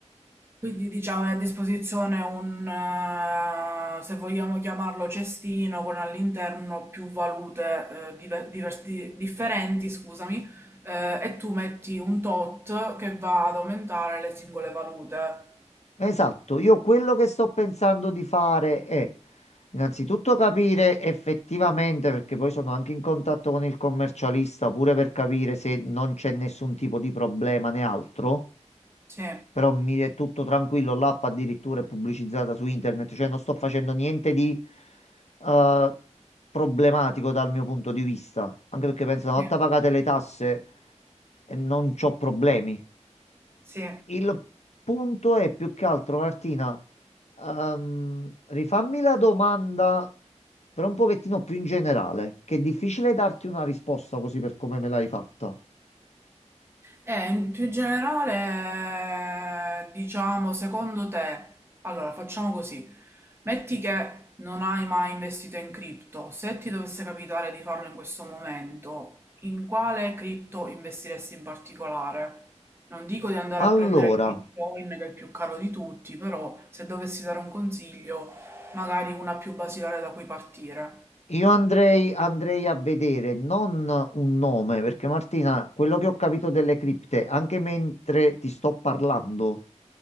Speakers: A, on the right; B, on the left.
A: Quindi diciamo è a disposizione un, eh, se vogliamo chiamarlo cestino, con all'interno più valute eh, diver- divers- di- differenti, scusami, eh, e tu metti un tot che va ad aumentare le singole valute.
B: Esatto, io quello che sto pensando di fare è innanzitutto capire effettivamente, perché poi sono anche in contatto con il commercialista, pure per capire se non c'è nessun tipo di problema né altro,
A: Sì,
B: però mi è tutto tranquillo, l'app addirittura è pubblicizzata su internet, cioè non sto facendo niente di eh, problematico dal mio punto di vista, anche perché penso una
A: sì,
B: volta pagate le tasse eh, non c'ho problemi.
A: sì.
B: Il punto è più che altro, Martina, ehm, rifammi la domanda però un pochettino più in generale, che è difficile darti una risposta così per come me l'hai fatta.
A: E in più generale, diciamo, secondo te, allora facciamo così, metti che non hai mai investito in cripto, se ti dovesse capitare di farlo in questo momento, in quale cripto investiresti in particolare? Non dico di andare
B: Allora,
A: a prendere il Bitcoin, che è il più caro di tutti, però se dovessi dare un consiglio, magari una più basilare da cui partire.
B: io andrei, andrei a vedere non un nome, perché Martina, quello che ho capito delle cripte, anche mentre ti sto parlando,